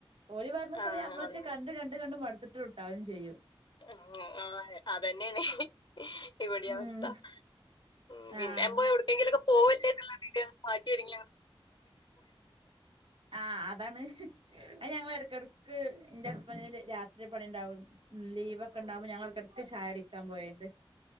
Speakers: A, on the right (about 70°); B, on the left (about 55°).
A: ഓല് പറ്ഞ്ഞ
B: ആ
A: സ്ഥല നമ്മളറ്റെ
B: അതന്നെ
A: കണ്ട് കണ്ട് കണ്ട് മട്ത്ത്ട്ടുണ്ടാവും ചെയ്യും.
B: ഉ ആഹ് അതന്നെണ്. ഇവടിം അവസ്ഥ
A: ഉം
B: ഉം പിന്നെ
A: ആഹ്
B: പോയോട് എവ്ട്ക്കെങ്കിലൊക്കെ പോവല്ലേ എന്നുള്ള ആതില് മാറ്റി ഒരുങ്ങ്യ
A: ആഹ് അതാണ് അയ് ഞങ്ങള് എട്ക്കെട് ക്ക് എന്റെ ഹസ്ബന്റിന് രാത്രി പണി ണ്ടാവും. ഉം ലീവ്ക്കെണ്ടാവുമ്പോ ഞങ്ങളെട്ക്കട്ക്ക് ചായ കുടിക്കാൻ പോവേണ്ട്.